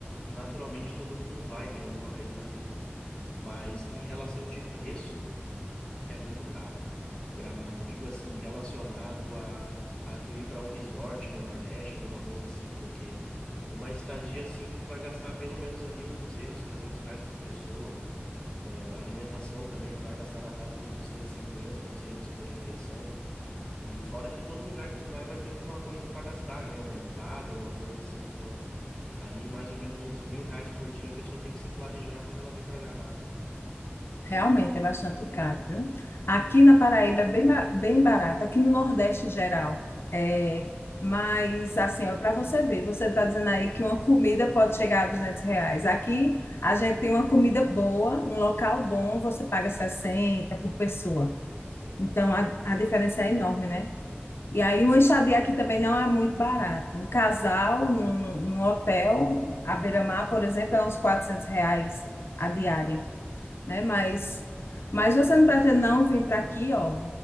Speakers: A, on the left (about 20°); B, on the left (about 70°).
A: naturalmente todo mundo vai, né? Alguma vez na vida. Mas em relação de preço, é muito caro. Gramado, eu digo assim, relacionado a, a tu ir para um resort no Nordeste, alguma coisa assim, porque uma estadia assim, tu vai gastar pelo menos ali uns 200, 300 reais por pessoa. Ah, alimentação também, tu vai gastar na casa ali de uns 150, 200 por refeição. E fora que todo lugar que tu vai, vai ter alguma coisa para gastar, né? Uma entrada, uma coisa assim. Então, ali mais ou menos uns mil reais por dia a pessoa tem que se planejar quando ela vem para Gramado.
B: Realmente é bastante caro, viu? Aqui na Paraíba é bem, ba- bem barato, aqui no Nordeste em geral. É, mas, assim, ó, para você ver, você está dizendo aí que uma comida pode chegar a 200 reais. Aqui a gente tem uma comida boa, um local bom, você paga 60 por pessoa.
A: Sim.
B: Então a, a diferença é enorme, né? E aí uma estadia aqui também não é muito barata. Um casal num, num hotel à beira-mar, por exemplo, é uns 400 reais
A: Sim.
B: a diária né? Mas, mas você não pretende não vir para aqui, ó,